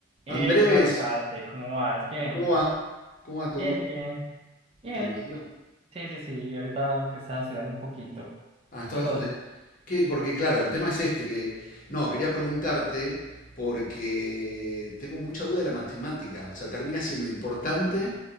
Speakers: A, on the right; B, on the left.
A: Hey,
B: Andrés,
A: Gemma, parce, ¿cómo vas? Bien,
B: ¿cómo va? ¿Cómo va tú?
A: bien, bien, bien.
B: ¿Tranquilo?
A: Sí, sí, sí, ahorita que estaba estudiando un poquito.
B: Ah, estabas...
A: ¿Y vos?
B: eh, ¿qué? Porque claro, el tema es este, que... No, quería preguntarte porque tengo mucha duda de la matemática. O sea, termina siendo importante,